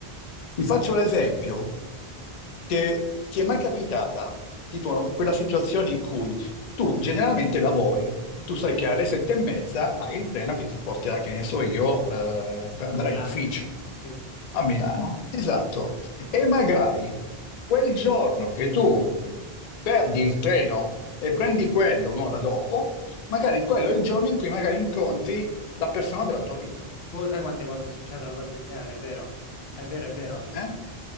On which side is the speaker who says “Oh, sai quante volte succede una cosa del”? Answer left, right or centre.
Left